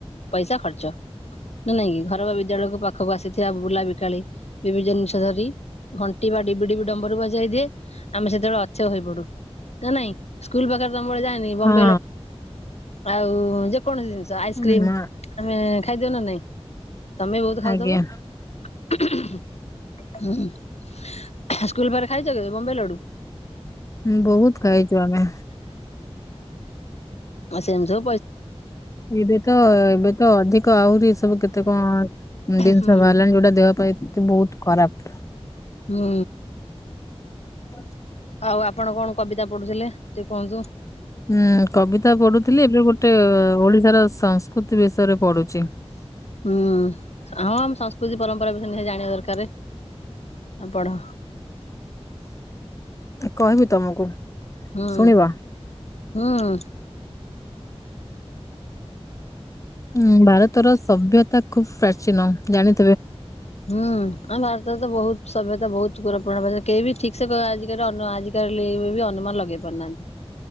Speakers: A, on the left; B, on the left.
A: ପଇସା ଖର୍ଚ୍ଚ। ନା ନାଇଁ କି ଘର ବା ବିଦ୍ୟାଳୟକୁ ପାଖକୁ ଆସିଥିବା ବୁଲା ବିକାଳି ବିଭିି ଜିନିଷ ଧରି ଘଣ୍ଟି ବା ଡିବି ଡିିବି ଡମ୍ବରୁ ବଜେଇ ଦିଏ ଆମେ ସେତେବେଳେ ଅଥୟ ହୋଇ ପଡୁ। ନା ନାଇଁ ସ୍କୁଲ ପାଖରେ ତମ <unintelligible> ଜାଣି ବମ୍ବେଇ
B: ହଁ
A: ଲ ଆଉ ଯେ କୌଣସି ଜିନିଷ ଆଇସ୍କ୍ରିମ
B: ହଁ
A: ଆମେ ଖାଇଦଉ ନା ନାଇଁ ତମେ ବହୁତ ଖାଉଥବ?
B: ଆଜ୍ଞା
A: ସ୍କୁଲ ପାଖରେ ଖାଇଚ କେବେ ବମ୍ବେଇ ଲଡୁ?
B: ହ ବହୁତ ଖାଇଛୁ ଆମେ
A: ଆ ସେ ଏମ ସୁ
B: ଏବେ ତ ଏବେ ତ ଅଧିକ ଆହୁରି ସବୁ କେତେ କଣ ଜିନିଷ
A: ହୁଁ
B: ବାହାରଲାାଣି ଯୋଉଟା ଦେହ ପାଇଁ ଏ ବହୁତ ଖରାପ।
A: ହୁଁ
B: ହ।
A: ଆଉ ଆପଣ କଣ କବିତା ପଢୁଥିଲେ ଟିକେ କୁହନ୍ତୁ।
B: ଉଁ କବିତା ପଢୁଥିଲି ଏବେ ଗୋଟେ ଓଡିଶାର ସଂସ୍କୃତି ବିଷୟରେ ପଢୁଛି।
A: ହୁଁ ହଁ ଆମ ସଂସ୍କୃତି ପରମ୍ପରା ବିଷୟରେ ନିହାତି ଜଣିବା ଦରକାର। ଆପଢ
B: କହିବି ତମକୁ।
A: ହଁ
B: ଶୁଣିବ
A: ହୁଁ।
B: ହଁ ଭାରତର ସଭ୍ୟତା ଖୁବ ପ୍ର ନ ଜାଣି
A: ହୁଁ ଆମ ଭାରତରେ ତ ବହୁତ ସଭ୍ୟତା ବହୁତ ଗର ଆପ କେବେ ବି ଠିକ ସେ ଆ ଆାଲି ଅନୁମାନ ଲଗେଇ ପାରୁନାହାନ୍ତି।